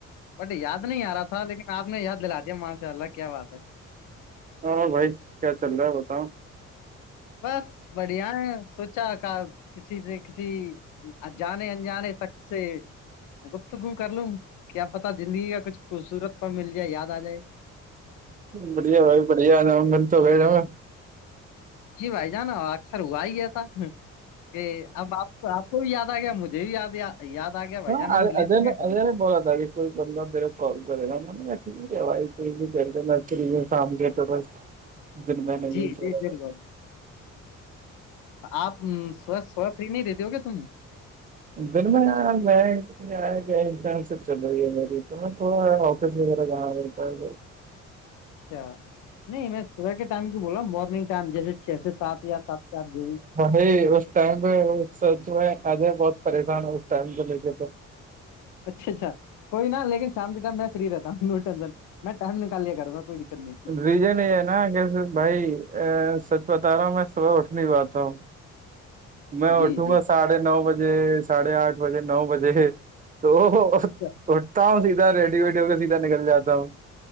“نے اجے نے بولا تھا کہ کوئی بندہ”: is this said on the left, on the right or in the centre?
Right